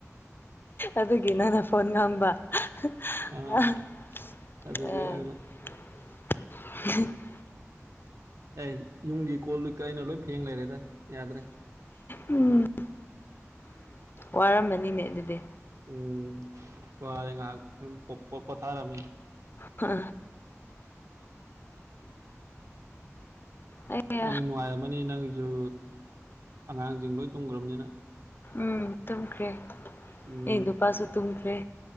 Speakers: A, on the left; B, on the right.
A: ꯑꯗꯨꯒꯤ ꯅꯪꯅ ꯐꯣꯟ ꯉꯥꯡꯕ <unintelligible>
B: ꯑꯥ, ꯑꯗꯨꯒꯤ ꯑꯩꯅ ꯑꯩ ꯌꯨꯝꯒꯤ ꯀꯣꯜꯂꯤꯛꯀ ꯑꯩꯅ ꯂꯣꯏ ꯐꯦꯡ ꯂꯩꯔꯦꯗ ꯌꯥꯗ꯭ꯔꯦ
A: ꯎꯝ ꯋꯥꯔꯝꯃꯅꯤꯅꯦ ꯑꯗꯨꯗꯤ
B: ꯎꯝ ꯋꯥꯔꯦ ꯉꯥꯏꯍꯥꯛ ꯎꯝ ꯄꯣ ꯄꯣꯊꯥꯔꯝꯃꯤ
A: ꯍꯥ ꯑꯩ
B: ꯅꯪ ꯅꯨꯡꯉꯥꯏꯔꯝꯃꯅꯤ ꯅꯪꯒꯤꯁꯨ ꯑꯉꯥꯡꯖꯤꯡ ꯂꯣꯏ ꯇꯨꯝꯒ꯭ꯔꯅꯤꯅ
A: ꯎꯝ ꯇꯨꯝꯈ꯭ꯔꯦ
B: ꯎꯝ
A: ꯑꯩ ꯅꯨꯄꯥꯁꯨ ꯇꯨꯝꯈ꯭ꯔꯦ